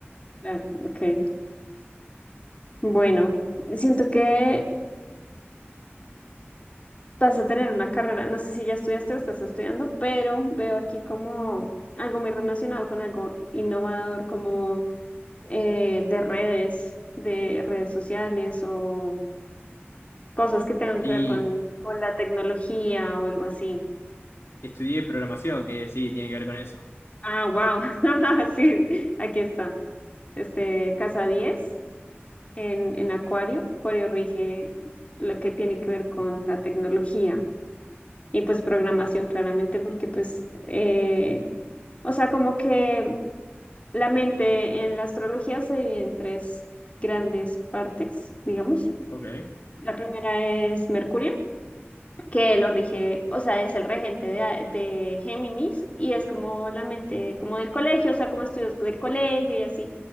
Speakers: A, on the left (about 30°); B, on the left (about 75°).
A: claro, ok. Bueno, siento que vas a tener una carrera, no sé si ya estudiaste o estás estudiando, pero veo aquí como algo muy relacionado con algo innovador, como eh, de redes, de redes sociales o cosas que tengan
B: Y
A: que ver con, con la tecnología o algo así.
B: Estudié programación, que sí, tiene que ver con eso.
A: Ah, wow. <laughs> Sí, aquí está. Este, casa 10 en, en Acuario. Acuario rige lo que tiene que ver con la tecnología y pues programación claramente porque pues eh, o sea, como que La mente en la astrología se divide en tres grandes partes, digamos.
B: Ok.
A: La primera es Mercurio, que lo rige, o sea, es el regente de, a- de Géminis y es como la mente como del colegio, o sea, como estudios del colegio y así.